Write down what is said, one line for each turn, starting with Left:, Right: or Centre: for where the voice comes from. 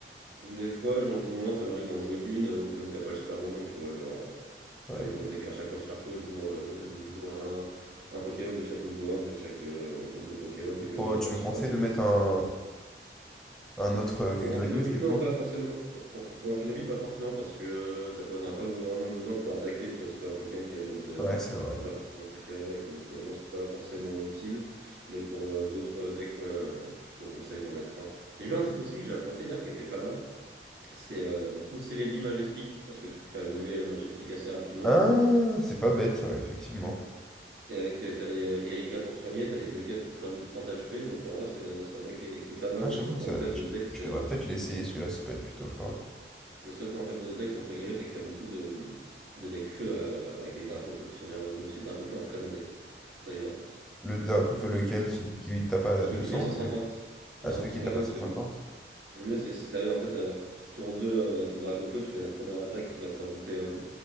Right: Des fois, j'en joue moins, ça m'arrive d'en jouer une euh, au cas où t'as pas le super bonbon, tu vois. Genre, euh,
Centre: Ouais.
Right: par exemple, pendant des cartes Croc Charcot, je joue, euh, je joue un, un Pokémon de chaque niveau un de chaque euh, groupe de Pokémon au
Centre: Et
Right: cas
Centre: pour-
Right: où j'ai pas
Centre: tu
Right: le
Centre: me
Right: super
Centre: conseilles
Right: bonbon.
Centre: de mettre un, un autre euh, que
Right: Pour
Centre: Greenhouse,
Right: Amphinobi,
Centre: du
Right: non,
Centre: coup?
Right: pas forcément. Pour, pour Amphinobi, pas forcément, parce que euh, t'as pas, t'en as pas vraiment besoin pour attaquer, tu vois. C'est pas un Pokémon qui va mettre de-
Centre: Ouais, c'est vrai.
Right: Tu vas pas forcément attaquer avec, donc euh, non, c'est pas forcément utile. Mais pour euh, d'autres decks, ouais, euh, je te conseille d'en mettre un. J'ai vu un deck aussi que j'ai affronté hier qui était pas mal. C'est euh, du coup Celebi Majespic, parce que tu peux faire évoluer euh, Majespic assez rapidement.
Centre: Ah, c'est pas bête, ouais, effectivement.
Right: Et avec, euh, t'as les euh, Erika pour soigner, t'as les deux caps qui te rajoutent 30 HP, donc en vrai, c'est c'est un deck qui est, qui est pas mal.
Centre: Ah,
Right: Le
Centre: j'avoue,
Right: seul point
Centre: ça,
Right: faible
Centre: je,
Right: de ce deck, c'est.
Centre: je devrais peut-être l'essayer,
Right: c'est-
Centre: celui-là, ça peut être plutôt fort.
Right: ouais. Le seul point faible de ce deck, entre guillemets, c'est qu'il y a beaucoup de, de decks feu euh, avec des Dracofeu qui sont bien revenus aussi. Dracofeu est un très bon deck, d'ailleurs.
Centre: Le, d'un- lequel, celui qui tape à
Right: Celui
Centre: 200
Right: qui fait 150.
Centre: ou celui...
Right: Non,
Centre: Ah, celui
Right: 150,
Centre: qui tape à 150?
Right: parce que lui, Le mieux, c'est si t'arrives en fait à avoir tour 2 euh, ton drac au feu, tu fais ta première attaque qui va te rajouter euh,